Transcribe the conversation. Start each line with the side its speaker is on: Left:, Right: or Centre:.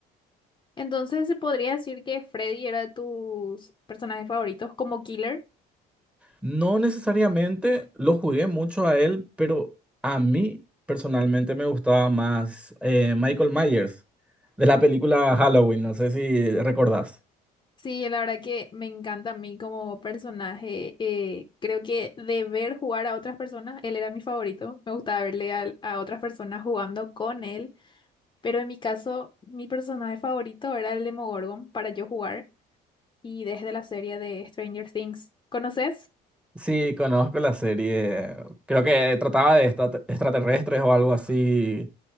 Left: Entonces, ¿se podría decir que Freddy era de tus personajes favoritos como killer?
Centre: No necesariamente lo jugué mucho a él, pero a mí personalmente me gustaba más eh, Michael Myers de la película Halloween, no sé si recordás.
Left: Sí, la verdad que me encanta a mí como personaje. eh, creo que de ver jugar a otras personas, él era mi favorito. Me gustaba verle al- a, otras personas jugando con él. Pero en mi caso, mi personaje favorito era el Demogorgon para yo jugar. Y desde la serie de Stranger Things. ¿Conoces?
Centre: Sí, conozco la serie. Creo que trataba de esta- extraterrestres o algo así